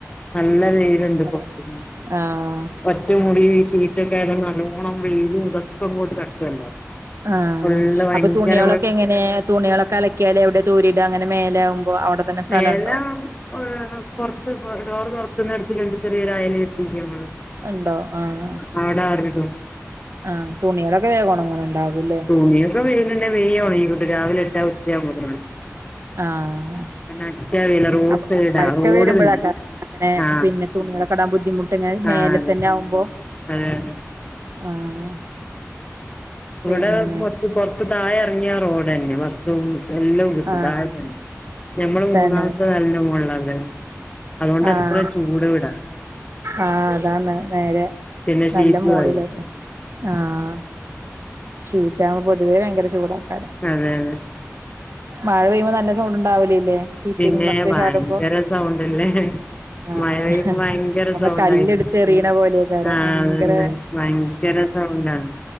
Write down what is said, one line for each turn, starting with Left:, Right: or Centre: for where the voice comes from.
Left: നല്ല വെയിലുണ്ട് ഇപ്പോ
Right: അതാ
Left: പിന്നെ
Right: ആഹ്
Left: ഒറ്റ റ്റമുറി ഈ ഷീറ്റൊക്കെ ആയതോണ്ട് നല്ലോണം വെയിലും ഇതൊക്കെ ഇങ്ങോട്ട് തട്ടുവല്ലോ?
Right: ആഹ്
Left: ഫുള്ള് ഭയങ്കര
Right: അപ്പൊ തുണികളൊക്കെ എങ്ങനേ? തുണികളൊക്കെ അലക്കിയാല് എവിടെയാ തോരിയിടാ അങ്ങനെ മേലെ ആകുമ്പോ? അവിടെ തന്നെ സ്ഥലണ്ടോ
Left: മേളിലാണ്- പുറത്ത് ഡോറ് തുറക്കുന്നിടത്തലുണ്ട് ചെറിയൊരയല് കെട്ടിയിരിക്ക നമ്മള്
Right: ഉണ്ടോ? ആഹ്
Left: അവിടെ ആറി ഇടും.
Right: ആഹ് തുണികളൊക്കെ വേഗം ഉണങ്ങണുണ്ടാവൂലേ
Left: തുണിയൊക്കെ വെയിലുണ്ടേ വേഗം ഉണങ്ങി കിട്ടും. രാവിലെ ഇട്ടാ ഉച്ചയാകുമ്പോഴത്തേനും ഉണങ്ങി
Right: ആഹ്
Left: അറ്ററിയില്ല
Right: പിന്നെ
Left: റോഡ്
Right: അപ്പൊ
Left: സൈഡാ
Right: മഴക്കെ
Left: റോഡ്
Right: വരുമ്പോഴാക്കാ
Left: തന്നെ
Right: അങ്ങനെ
Left: ആഹ്
Right: പിന്നെ തുണികളൊക്കെ ഇടാൻ ബുദ്ധിമുട്ട്. ഞാൻ
Left: ആഹ്
Right: മേലെ തന്നെ
Left: അതെ
Right: ആകുമ്പോ
Left: അതെ അതെ.
Right: ആഹ്
Left: ഇവിടെ
Right: പിന്നെ
Left: പുറത്ത് പുറത്ത് ഇറങ്ങിയാ റോഡ് തന്നെയാ. ബസ്സും എല്ലാം കിട്ടും.
Right: ആഹ്
Left: താഴെ തന്നെ. ഞമ്മള്
Right: തന്നെ
Left: മൂന്നാമത്തെ നെലേൻ്റെ മോളിലാ ഉള്ളത്. അതുകൊണ്ടാ
Right: ആഹ്
Left: ഇത്ര ചൂട് ഇവിടെ.
Right: ആഹ് അതാണ് നേരെ.
Left: പിന്നെ
Right: നല്ല
Left: ഷീറ്റും
Right: മോളിലല്ലേ
Left: അല്ലേ
Right: ആഹ് ഷീറ്റാവുമ്പേ പൊതുവേ ഭയങ്കര ചൂടാക്കാരാ.
Left: അതെ അതെ.
Right: മഴ പെയ്യുമ്പോ നല്ല സൗണ്ട് ഉണ്ടാവലില്ലേ. ഷീറ്റിമ്മക്ക്
Left: പിന്നെ ഭയങ്കര
Right: ചാടുമ്പോ
Left: സൗണ്ട് അല്ലേ.
Right: ആഹ്
Left: മഴ പെയ്യുമ്പേ ഭയങ്കര
Right: നമ്മ
Left: സൗണ്ട്
Right: കല്ലെടുത്തെറിയണ
Left: ആയിരുന്നു.
Right: പോലെക്കാരം
Left: ആഹ്
Right: ഭയങ്കര
Left: അതന്നെ. ഭയങ്കര സൗണ്ടാണ്.